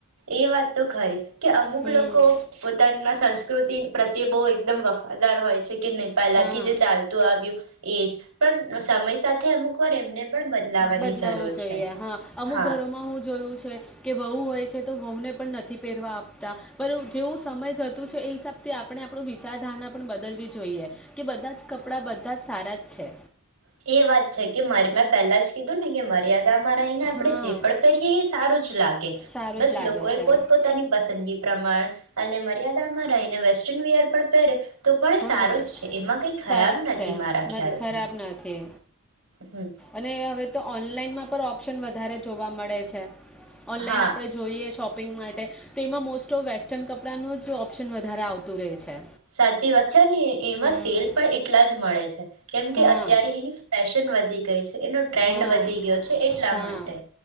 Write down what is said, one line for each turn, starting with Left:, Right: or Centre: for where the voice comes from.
Right: એ વાત તો ખરી. કે અમુક
Centre: હમ
Right: લોકો પોતાના સંસ્ કૃતિ પ્રત્યે બહુ એકદમ વફાદાર હોય. છે કે નહી, પહેલાથી
Centre: હા
Right: જે ચાલતું આવ્યું એ જ. પણ સમય સાથે અમુક વાર એમને પણ બદલાવાની
Centre: બદલાવો
Right: જરૂર
Centre: જોઈએ
Right: છે
Centre: હા. અમુક
Right: હા
Centre: ઘરોમાં હું જોયું છે કે વહુ હોય છે તો વહુંને પણ નથી પહેરવા આપતા, પણ જેવું સમય જતું છે એ હિસાબથી આપણે આપણું વિચારધારણા પણ બદલવી જોઈએ. કે બધા જ કપડા બધ બધા જ સારા જ છે.
Right: એ વાત છે કે મારી મેં પહેલા જ કીધું ને કે મારી યા <unintelligible> રહીના આપણે
Centre: હા
Right: જે પણ પહેરીએ એ સારું જ લાગે.
Centre: સારું
Right: બસ
Centre: જ લાગે
Right: લોકો એ
Centre: છે
Right: પોતપોતાની પસંદગી પ્રમાણ અને મર્યાદામાં રહીને વેસ્ટર્ન વિયર પણ પહેરે તો પણ
Centre: હા
Right: સારું જ છે. એમાં કઈ ખરાબ
Centre: સારું
Right: નથી
Centre: જ છે
Right: મારા ખ્યાલથી.
Centre: નથી ખરાબ નથી
Right: હમ
Centre: અને હવે તો ઓનલાઈનમાં પણ ઓપ્શન વધારે જોવા મળે છે. ઓનલાઈન
Right: હા
Centre: આપડે જોઈએ શોપ શોપિંગ માટે તો એમાં મોસ્ટ ઓફ વેસ્ટર્ન કપડાનું જ ઓપ્શન વધારે આવતું રહે છે.
Right: સાચી વાત છ ને એમાં
Centre: હમ
Right: સેલ પણ એટલા જ મળે છે. કેમકે
Centre: હા
Right: અત્યારે એની ફેશન વધી ક છે. એનો ટ્રેન્ડ
Centre: હા
Right: વધી ગયો છે એટલા
Centre: હા
Right: માટે.